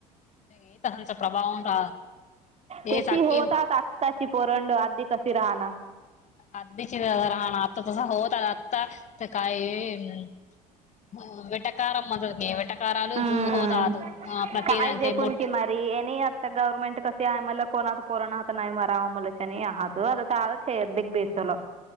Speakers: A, on the left; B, on the right.
A: हे तसांचा प्रभाव राह हे
B: तेशी
A: चाकी
B: होतात आताची पोरंड आधी कशी राहणार
A: आधीची राहण आता तस होत आता तर काही ह विटाकारार मद वटकारा
B: हम्म.
A: झ होत प्रत
B: काय देखून
A: मोठ
B: आता गव्हर्मेंट कर ते आहे मला कोण आता पोरण आहात नाही मरावा मुलाच्या नाही आहात आता आ हे अ बेसवलं